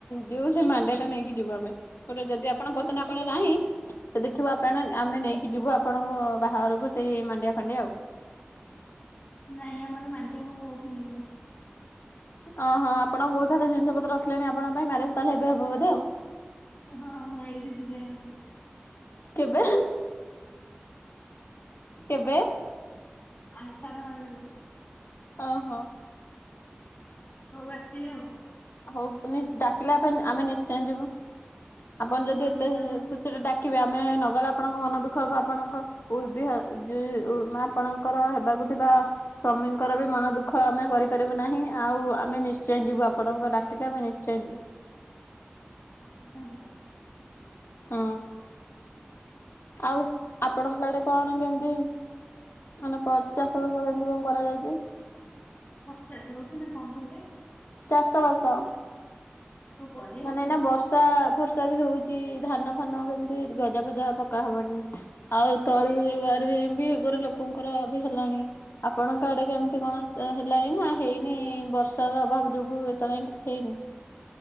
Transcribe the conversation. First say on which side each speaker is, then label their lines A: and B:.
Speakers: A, on the left (about 70°); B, on the left (about 45°).
A: ଯିବୁ ସେ ମାଣ୍ଡିଆ ଟା ନେଇକି ଯିବୁ ଆମେ। ପଟେ ଯଦି ଆପଣ କହୁଥିଲେ ଆମର ନାହିଁ ସେ ଦେଖିବା ଆପଣ ଆମେ ନେଇକି ଯିବୁ ଆପଣଙ୍କୁ ବାହାରରକୁ ସେଇ ମାଣ୍ଡିଆ ଫାଣ୍ଡିଆ ଆଉ
B: ନାଇଁ ଆମର ମାଣ୍ଡି ଆମ ବୋଉ କିଣି
A: ଓ ହଁ ଆପଣ ବହୁତ ଥ ଜିନିଷ ପତ ରଖିଲେ ଆପଣଙ୍କ ପାଇଁ ମ୍ୟାରେଜ ତାହେଲେ ଏବେ ହବ ବୋଧେ ଆଉ।
B: ହଁ ହଁ ଏଇଠି ଜୁଲାଇ ମାସରେ।
A: କେବେ? କେବେ?
B: ଆଉଥଳ ମରେ।
A: ଓହୋ।
B: ହଉ ଆସିବେ ଆଉ।
A: ହଉ ଡାକିଲେ ଆମେ ନିଶ୍ଚୟ ଯିବୁ ଆପଣ ଯଦି
B: ହଁ
A: ଏତେ
B: ମୁଁ ତ ଆପଣଙ୍କୁ
A: ଖୁସିରେ କେବେ ଆମେ ନଗଲେ ଆପଣଙ୍କ ମନ ଦୁଃଖ ହେବ ଆପଣଙ୍କ ଉର୍ବିମା ଆପଣଙ୍କର ହେବାକୁ ଥିବା ସ୍ୱାମୀଙ୍କର ବି ମନ ଦୁଃଖ ଆମେ କରିପାରିବୁ ନାହିଁ ଆଉ ଆମେ ନିଶ୍ଚୟ ଯିବୁ ଆ ଆପଣଙ୍କ ଡାକିଲେ ଆମେ ନିଶ୍ଚୟ ଯିବୁ
B: ହଁ ଧନ୍ୟବାଦ।
A: ହଁ ଆଉ ଆପଣଙ୍କ ଆଡେ କଣ କେମିତି? ମାନେ ଚାଷ ବାସ କେମତି କଣ କରାଯାଉଚି।
B: ପଚାଶ ବର୍ଷ ନା କଣ କହିଲେ?
A: ଚାଷ ବାସ
B: ଓ ପରିବା
A: ମାନେ
B: ଚାଷ
A: ନା ବର୍ଷା ବର୍ଷା ବି ହଉଛି ଧାନ ଫାନ କେମିତି ଗଜା ଫଜା ପକାହବଣି। ଆଉ ତଳିରୁୁଆରୁଇ ଏମତି ଏଗୋରେ ଲୋକଙ୍କର ବି ହେଲାଣି। ଆପଣଙ୍କ ଆଡେ କେମିତି
B: ନା
A: କଣ ହେଲାଣି ନା ହେଇନି ବର୍ଷାର ଅଭାବ ଯୋଗୁ ଏତଳ ଆଙ୍କେ କିଛି ହେଇନି।